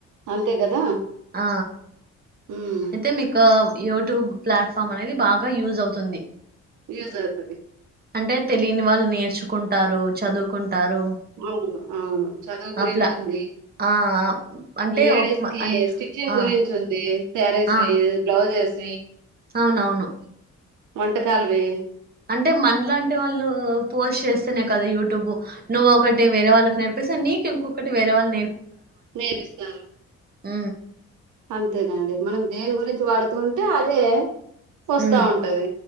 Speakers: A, on the right; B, on the right.
A: అంతే కదా
B: ఆ
A: ఉమ్
B: అయితే మీకు యూట్యూబ్ ప్లాట్ఫామ్ అనేది బాగా యూజ్ అవుతుంది.
A: యూజ్ అవుతది
B: అంటే తెలియని వాళ్ళు నేర్చుకుంటారు చదువుకుంటారు.
A: అవును అవును చదువు గురించి
B: ఆ ప్లా
A: ఉంది
B: ఆ ఆ, అంటే
A: లేడీస్
B: ఒక మ-
A: కి
B: అన్-
A: స్టిచింగ్
B: ఆ
A: గురించి ఉంది. శ్యారీస్
B: ఆ
A: మీ బ్లౌజ్ స్
B: అవునవును
A: వంటకాలువి
B: అంటే మన లాంటి వాళ్ళు పోస్ట్ చేస్తేనే కద యూట్యూబ్ నువ్వు ఒకటి వేరే వాళ్ళకి నేర్పిస్తే నీకు ఇంకొటిే వేరే వాళ్ళు
A: నేర్ పిస్తారు,
B: ఉ
A: అంతేనండి మనం దేని గురించి వాడుతూ ఉంటే అదే, వస్తా
B: ఉ
A: ఉంటది